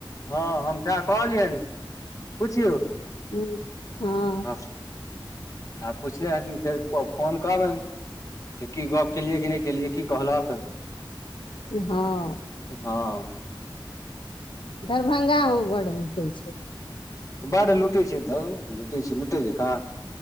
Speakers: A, on the left; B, on the left.
A: हँ हम सैह कहलियनि पुछियौ।
B: हम्म हँ
A: आ पुछने हेथिन, फेर फो फोन करबनि। के की गप केलियै कि नहि केलियै की कहलक।
B: हँ
A: हँ
B: दरभंगा मे बड्ड लूटै छै।
A: बड लूटै छै, धौ लुटै छै लूटै जकां